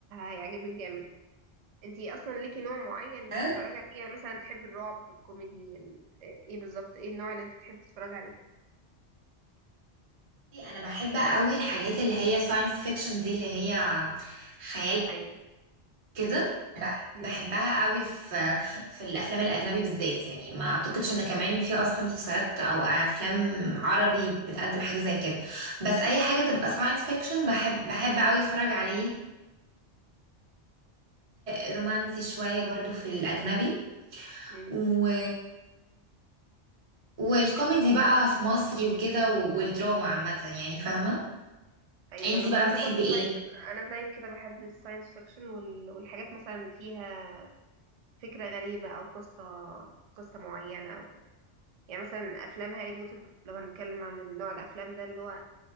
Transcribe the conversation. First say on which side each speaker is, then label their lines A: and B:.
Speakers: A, on the right (about 70°); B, on the right (about 35°).
A: هيعجبك جامد انتي اصلا ليكي نوع معين تتفرجي
B: يعني
A: عليه يعني مثلا تحبي الرعب الكوميدي ال... ايه بالظبط ايه النوع اللي انت تحبي تتفرجي عليه
B: انا بحب قوي الحاجات اللي هي ساينس فيكشن دي اللي هي خيال
A: ايوه
B: كده بح-
A: مم.
B: بحبها قوي في في الافلام الاجنبي بالذات يعني ما اعتقدش ان كمان في اصلا مسلسلات او افلام عربي بتقدم حاجه زي كده بس اي حاجه تبقى ساينس فيكشن بحب بحب قوي اتفرج عليها رومانسي شويه برضو في الاجنبي
A: مم.
B: و... والكوميدي بقى في مصري وكده و- والدراما عامه يعني فاهمه
A: ايوه
B: انتي
A: انا ب...
B: بقى
A: انا
B: بتحبي
A: برضو
B: ايه
A: زي كده انا زي كده بحب الساينس فيكشن وال... والحاجات مثلا اللي فيها فكرة غريبة او قصة قصة معينة او كده يعني مثلا افلام هاري بوتر لو هنتكلم عن نوع الافلام ده اللي هو آه،